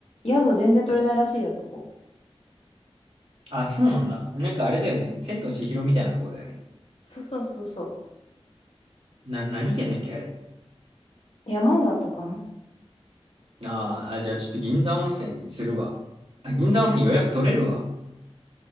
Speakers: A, on the left; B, on the right.
A: 宿全然取れないらしいよ、そこ。
B: あ、そうなんだ。なんかあれだよね。千と千尋みたいなとこだよね。
A: そうそうそうそ
B: な、何県だっけ、あれ。
A: う。山があったかな
B: あーあ、じゃあちょっと銀座温泉にするわ。あ、銀座温泉予約取れるわ。